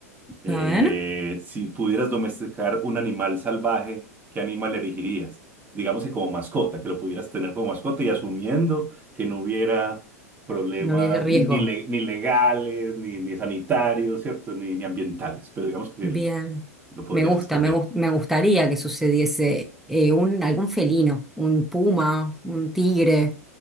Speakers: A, on the right; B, in the centre.
A: Eh,
B: A ver,
A: si pudieras domesticar un animal salvaje, ¿qué animal elegirías? Digamos que como mascota, que lo pudieras tener como mascota y asumiendo que no hubiera problemas
B: no vi el riesgo.
A: ni, ni, le- ni legales, ni, ni sanitarios, ¿cierto? Ni, ni ambientales, pero digamos que
B: Bien,
A: Lo podrías
B: me gusta,
A: escoger.
B: me, gus- me gustaría que sucediese eh, un, algún felino, un puma, un tigre,